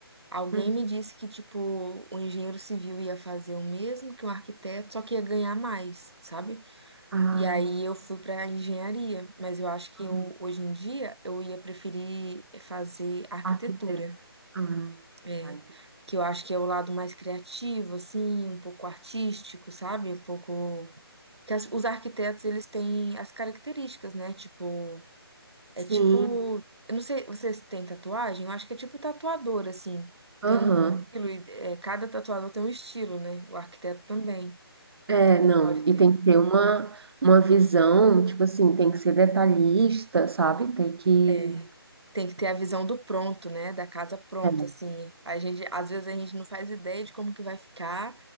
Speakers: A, on the right; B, on the right.
A: alguém
B: Uhum.
A: me disse que, tipo, o engenheiro civil ia fazer o mesmo que um arquiteto, só que ia ganhar mais, sabe?
B: Ah,
A: E aí eu fui para engenharia, mas eu acho que
B: aham.
A: eu, hoje em dia, eu ia preferir fazer arquitetura,
B: Arquiteto. Ah,
A: é,
B: tá, entendi.
A: que eu acho que é o lado mais criativo, assim, um pouco artístico, sabe? Um pouco que as- os arquitetos eles têm as características, né? Tipo, é
B: Sim,
A: tipo, eu não sei, vocês têm tatuagem? Eu acho que é tipo tatuador assim. Tem
B: aham.
A: um estilo, e, é, cada tatuador tem um estilo, né? O arquiteto também
B: É, não,
A: pode
B: e
A: ter.
B: tem que ter uma, uma visão, tipo assim, tem que ser detalhista, sabe? Tem que.
A: é, tem que ter a visão do pronto, né? Da casa pronta,
B: É.
A: assim. A gente, às vezes a gente não faz ideia de como que vai ficar